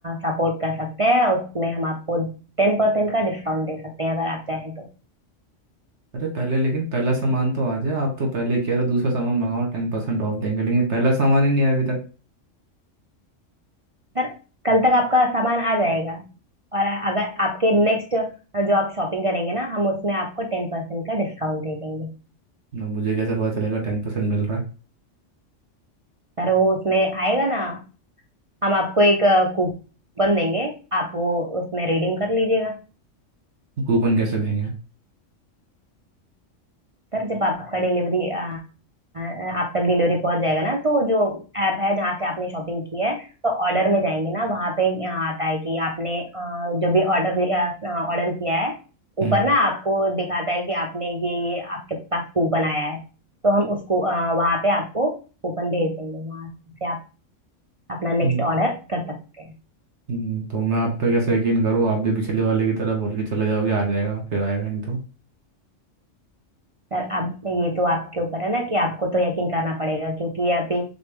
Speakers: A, on the right; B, on the right.
A: सपोर्ट कर सकते हैं और उसमें हम आपको टेन परसेंट का डिस्काउंट दे सकते हैं अगर आप चाहें तो
B: अरे पहले लेकिन पहला सामान तो आ जाए आप तो पहले ही कह रहे हो दूसरा सामान मंगाओ टेन परसेंट ऑफ देंगे लेकिन पहला सामान ही नहीं आया अभी तक।
A: सर कल तक आपका सामान आ जाएगा और अगर आपके नेक्स्ट जो आप शॉपिंग करेंगे ना हम उसमें आपको टेन परसेंट का डिस्काउंट दे देंगे
B: ना मुझे कैसे पता चलेगा टेन परसेंट मिल रहा
A: सर वो उसमें आएगा ना हम आपको एक कूपन देंगे आप वो उसमें रिडीम कर लीजिएगा
B: है कूपन कैसे देंगे
A: सर जब आपका डिलीवरी आपका डिलीवरी पहुंच जाएगा ना तो जो ऐप है जहाँ से आपने शॉपिंग की है तो ऑर्डर में जाएंगे ना वहाँ पे आता है कि आपने अ, जो भी ऑर्डर ऑर्डर किया है ऊपर
B: हम्म
A: ना आपको दिखाता है कि आपने ये ये आपके पास कूपन आया है तो हम उसको अ, वहाँ पे आपको कूपन भेज देंगे वहाँ से आप अपना
B: हम्म,
A: नेक्स्ट ऑर्डर कर सकते हैं
B: हम्म, तो मैं आप पे कैसे यकीन करूँ आप भी पिछले वाले की तरह बोल के चले जाओगे आ जाएगा फिर आएगा नहीं तो
A: सर अब ये तो आपके ऊपर है ना कि आपको तो यकीन करना पड़ेगा क्योंकि ये अभी